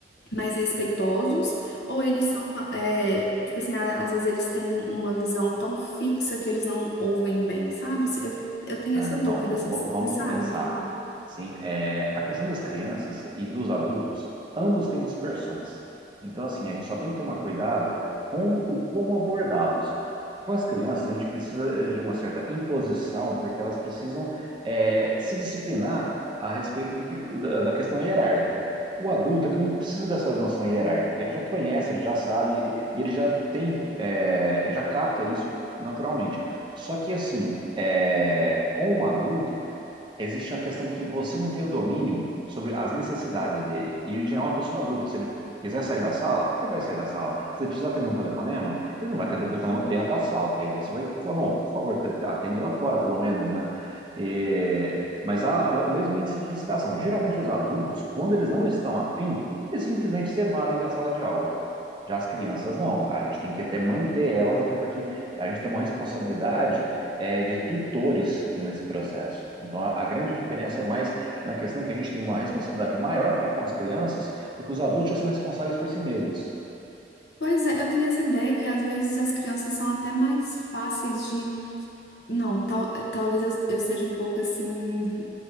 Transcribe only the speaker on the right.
Ah,
então,
v-
v-
vamos
começar.
Sim, é, a questão das crianças e dos adultos, ambos têm dispersões. Então, assim, a gente só tem que tomar cuidado com o como abordá-los. Com as crianças, a gente precisa eh, de uma certa imposição, porque elas precisam eh, se disciplinar a respeito do que, da, da questão hierárquica. O adulto, ele não precisa dessa noção hierárquica, ele já conhece, ele já sabe, e e ele já tem, eh, já capta isso naturalmente. Só que assim, é, com o adulto, existe a questão que você não tem o domínio sobre as necessidades dele. E ele já é uma pessoa adulta. Se ele quiser sair da sala, ele vai sair da sala. Se ele precisar atender um telefonema, ele não vai atender o telefonema dentro da sala, porque aí você vai falar, não, por favor, te- atende lá fora, pelo menos, né? É, mas há o mesmo índice de distração. Geralmente os adultos, quando eles não estão afim, eles simplesmente se evadem da sala de aula. Já as crianças não, a gente tem que até manter elas, até porque a gente tem uma responsabilidade eh, de tutores nesse processo. Então a, a grande diferença é mais na questão que a gente tem uma responsabilidade maior para com as crianças, porque os adultos já são responsáveis por si mesmos,